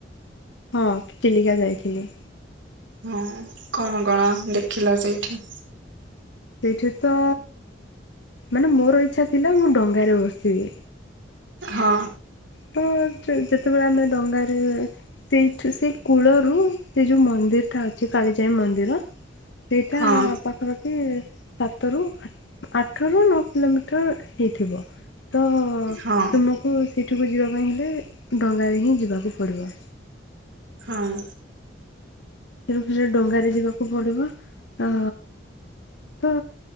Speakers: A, on the left (about 70°); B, on the right (about 80°).
A: ହଁ ଚିଲିକା ଯାଇଥିଲି।
B: ହଁ କଣ କଣ ଦେଖିଲ ସେଇଠି?
A: ସେଇଠି ତ ମାନେ ମୋର ଇଚ୍ଛା ଥିଲା ମୁଁ ଡଙ୍ଗାରେ ବସିବି।
B: ହଁ।
A: ତ ଯେତେବେଳେ ଆମେ ଡଙ୍ଗାରେ ସେଇଠୁ ସେଇ କୂଳରୁ ସେ ଯୋଉ ମନ୍ଦିରଟା ଅଛି କା କାଳିଜାଇ ମନ୍ଦିର ସେଇଟା
B: ହଁ
A: ପାଖାପାଖି ସତରୁ ଆଠରୁ ନଅ କିଲୋମିଟର ହେଇ ଥିବ। ତ
B: ହଁ
A: ତୁମକୁ ସେଇଠିକୁ ଯିବା ପାଇଁ। ଡଙ୍ଗାରେ ହିଁ ଯିବାକୁ ପଡ଼ିବ।
B: ହଁ।
A: ତେଣୁ ସେ ଡଙ୍ଗାରେ ଯିବାକୁ ପଡିବ ଆ ତ